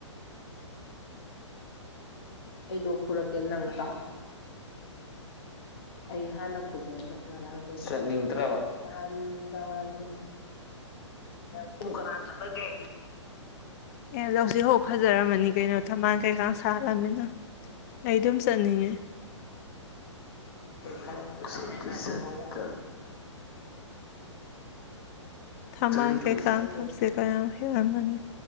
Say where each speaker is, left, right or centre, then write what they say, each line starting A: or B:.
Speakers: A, on the left (about 50°); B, on the left (about 30°).
A: ꯑꯩ ꯂꯣꯛ ꯈꯨꯔꯛꯀꯦ ꯅꯪ ꯇꯥꯎ ꯑꯩ ꯍꯥꯟꯅ ꯈꯨꯖꯔꯝꯕ ꯍꯥꯟꯅꯗꯒꯤ ꯉꯔꯥꯡꯗꯒꯤ ꯆꯠꯅꯤꯡꯗ꯭ꯔꯕ ꯅꯍꯥꯟ ꯅꯨꯡꯗꯥꯡ ꯋꯥꯔꯝꯗꯒꯤ ꯑꯗꯨꯕꯨ ꯀꯅꯥꯅ ꯆꯠꯅꯒꯦ
B: ꯑꯦ ꯂꯧꯁꯤ ꯍꯥꯎ ꯐꯖꯔꯝꯃꯅꯤ ꯀꯩꯅꯣ ꯊꯝꯕꯥꯜ ꯀꯩꯀꯥ ꯁꯥꯠꯂꯃꯅꯤꯅ ꯑꯩ ꯑꯗꯨꯝ ꯆꯠꯅꯤꯡꯉꯦ
A: ꯀꯔ ꯐ ꯆꯣ ꯐ
B: ꯊꯝꯕꯥꯜ
A: ꯆꯗꯤꯁ
B: ꯀꯩꯀꯥꯡ ꯊꯝꯆꯦꯠꯀ ꯌꯥꯝ ꯍꯦꯛꯑꯝꯕꯅꯤ